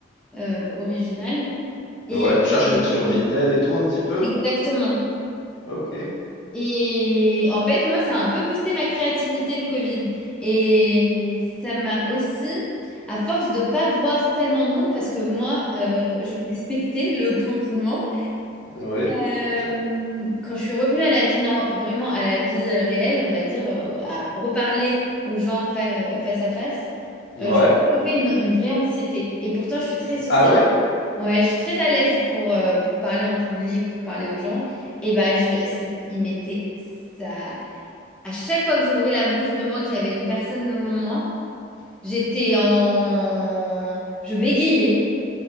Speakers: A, in the centre; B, on the left.
A: euh, originales. Et
B: Ouais. Tu cherchais
A: euh,
B: sur Vinted et tout un petit peu?
A: exactement.
B: Ok.
A: Et en fait, moi, ça a un peu boosté ma créativité, le Covid. Et ça m'a aussi, à force de pas voir tellement de monde, parce que moi, euh, je respectais le <laughs> confinement,
B: Oui.
A: euh,
B: Ch-
A: quand je suis revenue à la vie, nor- vraiment à la vie euh, réelle, on va dire, euh, à reparler aux gens fa- face à face,
B: Ouais.
A: euh, j'ai développé une, une vraie anxiété. Et pourtant, je suis très sociale.
B: Ah ouais?
A: Ouais, je suis très à l'aise pour, euh, pour parler en public, pour parler aux gens. Et bah, je, c'est- il m'était ça à chaque fois que j'ouvrais la bouche, vraiment, et qu'il y avait une personne devant moi, j'étais en... Je bégayais.